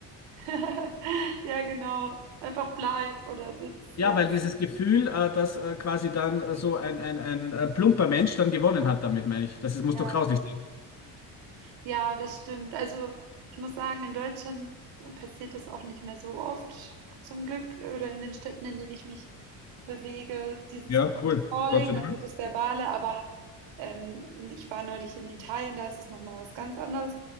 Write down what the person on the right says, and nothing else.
<laughs> Ja, genau. Einfach bleib oder sitz. Ja.
Ja,
ja, das stimmt. Also ich muss sagen, in Deutschland passiert das auch nicht mehr so oft, zum Glück, oder in den Städten, in denen ich mich bewege, dieses
Calling,
also das Verbale, aber ähm, ich war neulich in Italien, da ist es nochmal was ganz anderes.